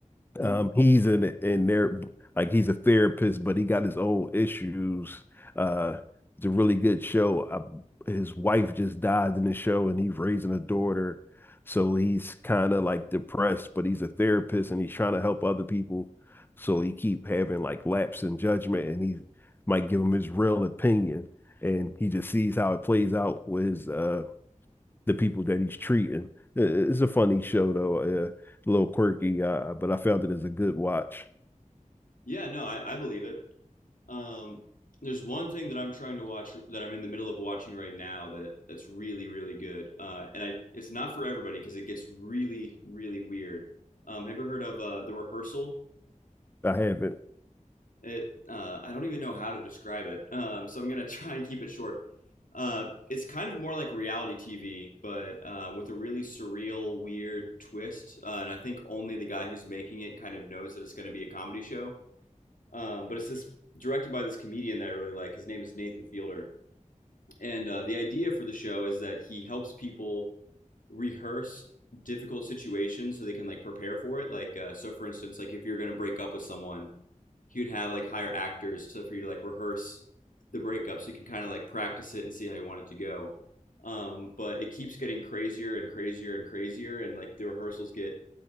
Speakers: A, on the left; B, on the left.
A: Mm.
B: Um, he's in in there like he's a therapist, but he got his own issues. Uh, it's a really good show. Uh, his wife just died in the show, and he's raising a daughter, so he's kind of like depressed. But he's a therapist, and he's trying to help other people. So he keep having like lapse in judgment, and he might give him his real opinion, and he just sees how it plays out with his uh the people that he's treating. It's a funny show though, uh, a little quirky, uh, but I found it as a good watch.
A: Yeah, no, I, I believe it. Um, there's one thing that I'm trying to watch that I'm in the middle of watching right now that that's really, really good. Uh, and I it's not for everybody because it gets really, really weird. Um, have you ever heard of uh, The Rehearsal?
B: I haven't.
A: It uh, I don't even know how to describe it. Um, so I'm gonna <laughs> try and keep it short. Uh, it's kind of more like reality TV, but uh, with a really surreal, weird twist. Uh, and I think only the guy who's making it kind of knows that it's going to be a comedy show. Um, but it's this directed by this comedian that I really like. His name is Nathan Fielder, and uh, the idea for the show is that he helps people rehearse difficult situations so they can like prepare for it. Like, uh, so for instance, like if you're going to break up with someone, he would have like hire actors to for you to like rehearse the breakup so you can kind of like practice it and see how you want it to go. Um, but it keeps getting crazier and crazier and crazier, and like the rehearsals get